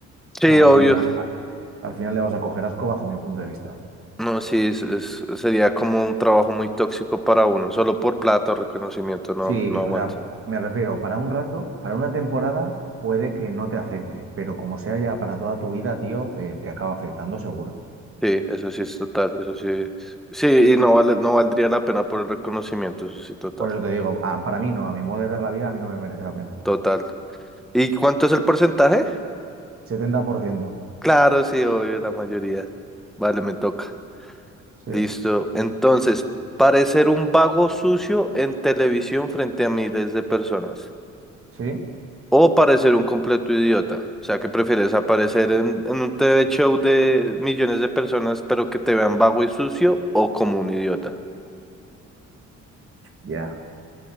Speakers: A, in the centre; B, on the right.
A: Sí,
B: O sea,
A: obvio.
B: al final, al final le vas a coger asco bajo mi punto de vista.
A: No, sí, es- es- sería como un trabajo muy tóxico para uno. Solo por plata o reconocimiento no,
B: Sí,
A: no aguanto.
B: o sea, me refiero, para un rato, para una temporada puede que no te afecte, pero como sea ya para toda tu vida, tío, eh, te acaba afectando seguro.
A: Sí, eso sí es total, eso sí. es- Sí, y no vale, no valdría la pena por el reconocimiento, eso sí, total.
B: Por eso te digo, ah, para mí no, a mi modo de ver la vida, a mí no me merece la pena.
A: total. ¿Y cuánto es el porcentaje?
B: Setenta por ciento,
A: Claro, sí, obvio, la mayoría. Vale, me toca.
B: Sí,
A: Listo. Entonces, parecer un vago sucio en televisión frente a miles de personas.
B: sí,
A: O parecer un completo idiota. O sea, que prefieres aparecer en, en un TV show de millones de personas, pero que te vean vago y sucio o como un idiota.
B: ya.